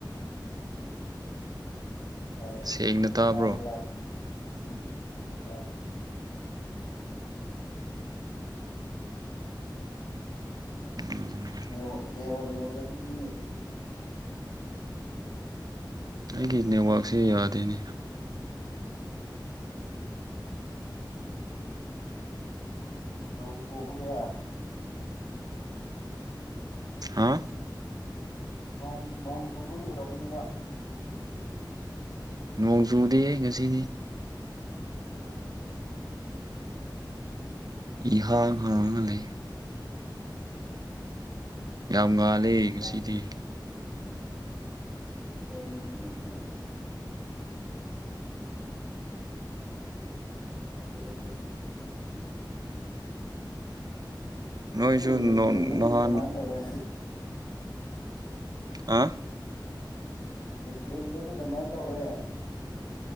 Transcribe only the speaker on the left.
ꯇꯥꯏ
ꯇꯥꯔꯦ ꯇꯥꯔꯦ ꯎꯝ ꯇꯥꯏ
ꯅꯦꯠꯋꯥꯛ ꯅꯦꯠꯋꯥꯛꯅ ꯑꯣꯏꯔꯝꯅꯤꯌꯦ
ꯅꯣꯡ ꯆꯨꯕꯒꯤꯔ
ꯅꯣꯡ ꯅꯣꯡ ꯆꯨꯕꯒꯤ ꯑꯣꯏꯔꯝꯅꯤꯕ ꯎ
ꯑꯣ
ꯅꯣꯡ UNINTELLIGIBLE UNINTELLIGIBLE
ꯑꯩ ꯅꯇ꯭ꯔꯤꯗꯨꯗꯤ
ꯀꯃꯥꯏ ꯇꯧꯔꯦ
ꯅꯇ꯭ꯔꯤꯟꯗꯨꯗꯤ ꯀꯃꯥꯏꯅ ꯇꯧꯔꯦ